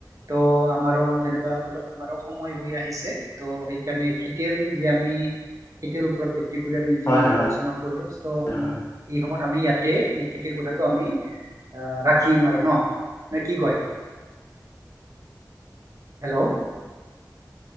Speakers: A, on the right (about 50°); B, on the left (about 40°).
A: ত' আমাৰো যেনিবা অলপ আমাৰো সময় হৈ আহিছে ত' সেইকাৰণে খেতিৰ যি আমি খেতিৰ ওপৰত ভিত্তি কৰি আমি যি
B: হয় হয়
A: আলোচনা কৰিলো ত'
B: হয়
A: ত আমি ইয়াতে এই খেতিৰ কথাটো আমি আহ ৰাখিম আৰু ন ন কি কয় হেল্ল'